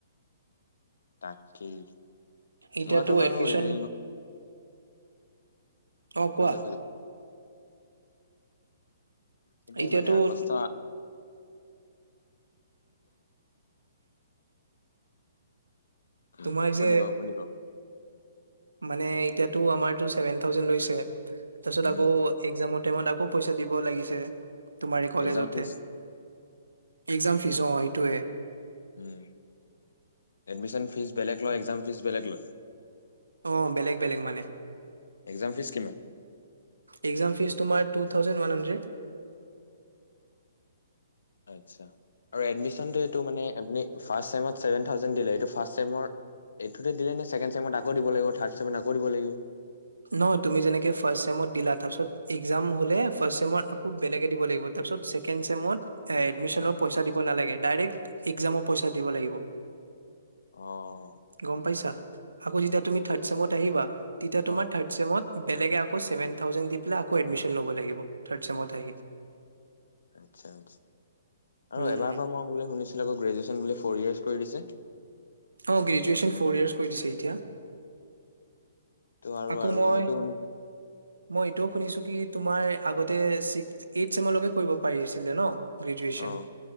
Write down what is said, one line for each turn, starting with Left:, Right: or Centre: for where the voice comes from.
Left: তাকেই।
Right: এতিয়াটো
Left: মোৰটো বাৰু
Right: এডমিছন
Left: হেৰি
Right: অ', কোৱা?
Left: হৈ যাব সেইটোৱে
Right: এতিয়াতো
Left: মানে
Right: <inaudible>
Left: আগষ্ট উম,
Right: তোমাৰ যে
Left: <unintelligible>
Right: মানে এতিয়াতো আমাৰতো ছেভেন থাউজেণ্ড লৈছে তাৰ পাছত
Left: উম
Right: আকৌ এক্সামত টাইমত আকৌ পইচা দিব লাগিছে। তোমাৰে কলেজতে।
Left: একজাম ফিজ
Right: এক্সাম ফিজ অ', সেইটোৱে।
Left: উম, এডমিশন ফিজ বেলেগ লয়, এক্সাম ফিজ বেলেগ লয়।
Right: অ', বেলেগ বেলেগ মানে।
Left: এক্সাম ফিজ কিমান?
Right: একজাম ফিজ তোমাৰ টু থাউজেণ্ড ওৱান হাড্ৰেড।
Left: আত্ছা। আৰু এডমিশনটো এইটো মানে আপনি ফাষ্ট চেমত ছেভেন থাউজেণ্ড দিলে এইটো ফাছ চেমত, এইটোতে দিলে নে ছেকেণ্ড চেমত আকৌ দিব লাগিব, থাৰ্ড চেমত আকৌ দিব লাগিব।
Right: নহয় তুমি যেনেকে ফাষ্ট চেমত দিলা, তাৰপিছত একজাম হ'লে ফাষ্ট চেমত আকৌ বেলেগে দিব লাগিব। তাৰপিছত ছেকেণ্ড চেমত এ, এডমিশনৰ
Left: অ',
Right: পইচা দিব নালাগে। ডাইৰেক্ট, একজামৰ পইচা দিব লাগিব।
Left: অ'।
Right: গম পাইছা আকৌ যেতিয়া তুমি থাৰ্ড চেমত আহিবা তেতিয়া তোমাক
Left: অ'
Right: টাইমত বেলেগে আকৌ ছেভেন থাউজেণ্ড দি পেলাই আকৌ এডমিশ্যন ল'ব লাগিব, থাৰ্ড চেমত আহি।
Left: আচ্ছা আচ্ছা আৰু
Right: উম
Left: এবাৰ পৰা মই বুলি শুনিছোঁ <unintelligible> গ্ৰেজুৱেচন বোলে ফ'ৰ ইয়াৰ্চ কৰি দিছে?
Right: অ', গ্ৰেজুৱেশ্যন ফ'ৰ ইয়াৰ্চ কৰি দিছে এতিয়া।
Left: ত' আৰু
Right: আকৌ
Left: আৰু
Right: মই
Left: এইটো শুনি
Right: মই, এইটোও শুনিছোঁ কি তোমাৰ আগতে ছিক্স, এইথ চেমৰলৈকে কৰিব পাৰি আছিলে ন'? গ্ৰেজুৱেচন?
Left: অ',